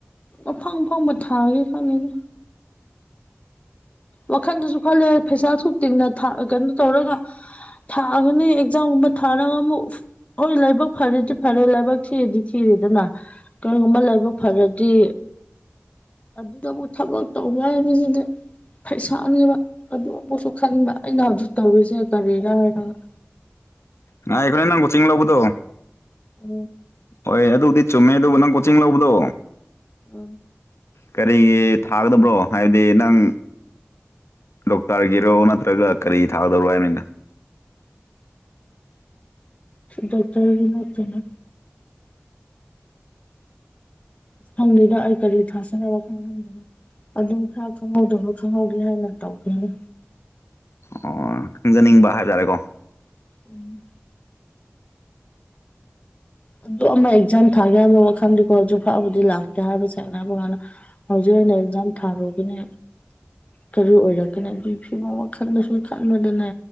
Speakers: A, on the left (about 30°); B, on the left (about 80°).
A: ꯑꯐꯪ ꯑꯐꯪꯕ ꯊꯥꯒꯦ ꯈꯟꯂꯤꯅꯤ ꯋꯥꯈꯟꯗꯁꯨ ꯈꯜꯂꯦ ꯄꯩꯁꯥꯁꯨ ꯇꯤꯡꯅ ꯀꯩꯅꯣ ꯇꯧꯔꯒ ꯊꯥꯒꯅꯤ ꯑꯦꯛꯖꯥꯝꯒꯨꯝꯕ ꯊꯥꯔꯒ ꯑꯃꯨꯛ ꯍꯣꯏ ꯂꯥꯏꯕꯛ ꯐꯔꯦꯗꯤ ꯐꯔꯦ ꯂꯥꯏꯕꯛ ꯊꯤꯔꯗꯤ ꯊꯤꯔꯦꯗꯅ ꯀꯔꯤꯒꯨꯝꯕ ꯂꯥꯏꯕꯛ ꯐꯔꯗꯤ ꯑꯗꯨꯗꯕꯨ ꯊꯕꯛ ꯇꯧꯉꯥꯏ ꯃꯤꯁꯤꯗꯤ ꯄꯩꯁꯥꯅꯦꯕ ꯑꯗꯨ ꯑꯃꯨꯛꯁꯨ ꯈꯟꯕ ꯑꯩꯅ ꯍꯧꯖꯤꯛ ꯇꯧꯔꯤꯁꯦ ꯀꯥꯔꯤꯔ ꯍꯥꯏꯅ <inaudible>
B: ꯉꯥꯏꯕꯥꯔ ꯅꯪꯕꯨ ꯆꯤꯡ ꯂꯧꯕꯗꯣ
A: ꯎꯝ
B: ꯍꯣꯏ ꯑꯗꯨꯕꯨꯗꯤ ꯆꯨꯝꯃꯦ ꯑꯗꯨꯕꯨ ꯅꯪ ꯆꯤꯡ ꯂꯧꯕꯗꯣ
A: ꯎꯝ
B: ꯀꯔꯤꯒꯤ ꯊꯥꯒꯗꯕ꯭ꯔꯣ ꯍꯥꯏꯕꯗꯤ ꯅꯪ ꯗꯣꯛꯇꯔꯒꯤꯔꯣ ꯅꯠꯇ꯭ꯔꯒ ꯀꯔꯤ ꯊꯥꯒꯗꯧꯔꯣ ꯍꯥꯏꯕꯅꯤꯅ
A: ꯗꯣꯛꯇꯔꯒꯤ ꯅꯠꯇꯦꯅ ꯐꯪꯗꯣꯏꯗ ꯑꯩ ꯀꯔꯤ ꯊꯥꯥꯁꯅ ꯐꯝꯗꯔꯦ ꯑꯗꯨꯝ ꯈꯔ ꯈꯪꯍꯧꯗꯕ ꯈꯪꯍꯧꯗꯦ ꯍꯥꯏꯅ ꯇꯧꯕꯒꯅꯤ
B: ꯑꯣ ꯈꯪꯖꯅꯤꯡꯕ ꯍꯥꯏꯇꯥꯔꯦꯀꯣ
A: ꯎꯝ ꯑꯗꯨ ꯑꯃ ꯏꯆꯥꯦꯝ ꯊꯥꯒꯦ ꯍꯥꯏꯕ ꯋꯥꯈꯜꯗꯤꯀꯣ ꯍꯧꯖꯤꯛ ꯐꯕꯨꯗꯤ ꯂꯥꯛꯇꯦ ꯍꯥꯏꯕꯁꯦꯡꯅ ꯍꯥꯏꯕ ꯀꯥꯟꯗ ꯍꯧꯖꯤꯛ ꯑꯣꯏꯅ ꯑꯦꯛꯖꯥꯝ ꯊꯥꯔꯨꯒꯅꯦ ꯀꯔꯤ ꯑꯣꯏꯔꯛꯀꯅꯤ ꯑꯗꯨꯒꯤ ꯐꯤꯕꯝ ꯈꯜꯗꯁꯨ ꯈꯜꯕꯗꯅꯦ